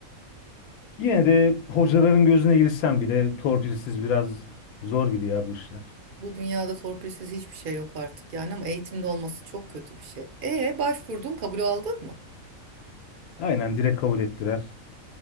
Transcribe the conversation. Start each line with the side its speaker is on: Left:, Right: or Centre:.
Left: yine de hocaların gözüne girsem bile torpilsiz biraz zor gibi ya bu işler.
Right: bu dünyada torpilsiz hiçbir şey yok artık yani ama eğitimde olması çok kötü bir şey. E başvurdun kabul aldın mı?
Left: Aynen direkt kabul ettiler.